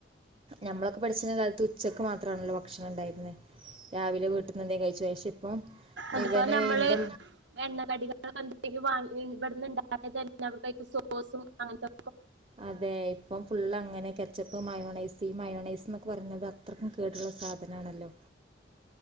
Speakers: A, on the right (about 30°); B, on the right (about 80°).
A: നമ്മളൊക്കെ പഠിച്ചിരുന്ന കാലത്ത് തു ഉച്ചക്ക് മാത്രമാണല്ല ഭക്ഷണം ഇണ്ടായിരുന്ന് രാവിലെ വീട്ട് എന്തേ കഴിച്ച് കഴിച്ചു ഇപ്പം
B: അതിപ്പോ
A: ഇവന്
B: നമ്മള്
A: ഇന്റെ
B: എണ്ണ കടികൾ <unintelligible> എന്തെങ്കിലും വാങ്ങി ഇവട്ന്ന് ഇണ്ടായത് തന്നെ <unintelligible> സോസും അങ്ങനത്തെ ഒക്ക്
A: അതെ ഇപ്പം ഫുള്ള് അങ്ങനെ കെച്ചപ്പ് മയോണൈസ് ഈ മയോണൈസ്ന്നൊക്കെ പറയുന്നത് അത്രയ്ക്കും കേടുള്ള സാധനാണല്ലോ